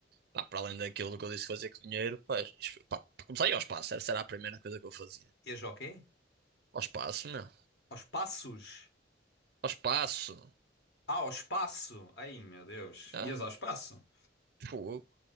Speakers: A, on the right (about 60°); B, on the left (about 65°).
A: pá, para além daquilo que eu disse que fazia com dinheiro, pá, isto- pá, para começar a ir ao espaço, essa era a primeira coisa que eu fazia.
B: Ias ao quê?
A: Ao espaço, meu.
B: Aos passos.
A: Ao espaço.
B: Ah, ao espaço! Ai, meu Deus.
A: Ah,
B: Ias ao espaço?
A: pô,